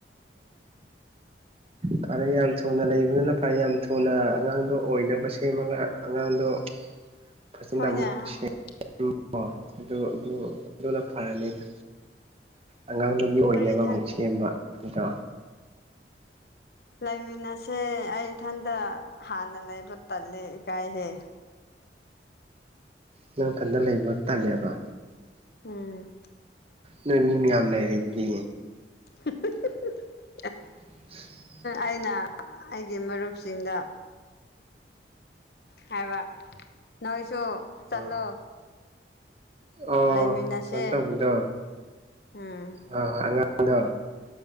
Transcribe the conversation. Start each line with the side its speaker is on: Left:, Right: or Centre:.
Right: ꯐꯔꯦ ꯌꯥꯝ ꯊꯨꯅ ꯂꯩꯕꯅꯤꯅ ꯐꯔꯦ ꯌꯥꯝ ꯊꯨꯅ ꯑꯉꯥꯡꯗꯣ ꯑꯣꯏꯅꯕ ꯁꯦꯝꯃꯒ ꯑꯉꯥꯡꯗꯣ ꯐꯖꯅ
Left: ꯍꯣꯏꯅꯦ
Right: ꯑꯃꯨꯛ
Left: ꯑꯩ
Right: ꯁꯦꯝ ꯎ ꯍ ꯑꯗꯨ ꯑꯗꯨ ꯑꯗꯨꯅ ꯐꯔꯅꯤꯗ ꯑꯉꯥꯡ ꯕꯨ ꯃꯤ ꯑꯣꯏꯅꯕ
Left: ꯏꯊꯟ
Right: ꯑꯃꯨꯛ ꯁꯦꯝꯕ ꯅꯇ꯭ꯔꯣ
Left: ꯂꯩꯃꯤꯟꯅꯁꯦ ꯑꯩ ꯏꯊꯟꯇ ꯍꯥꯟꯅ ꯂꯩꯕ ꯇꯜꯂꯦ ꯏꯀꯥꯏꯍꯦ
Right: ꯅꯡ ꯊꯟꯗ ꯂꯩꯕ ꯇꯜꯂꯦꯕ
Left: ꯎꯝ
Right: ꯅꯣꯏ ꯃꯤ ꯃꯌꯥꯝ ꯂꯩꯔꯤ ꯗꯨꯗꯤ
Left: <unintelligible>
Right: <inaudible>
Left: ꯑꯩꯅ ꯑꯩꯒꯤ ꯃꯔꯨꯞꯁꯤꯡꯗ ꯍꯥꯏꯕ ꯅꯣꯏꯁꯨ ꯆꯠꯂꯣ
Right: ꯑꯥ ꯑꯣ
Left: ꯂꯩꯃꯤꯟꯅꯁꯦ
Right: ꯀꯩꯅꯣ ꯇꯧꯕꯗꯣ
Left: ꯎꯝ
Right: ꯑ ꯑꯉꯥꯡꯗꯣ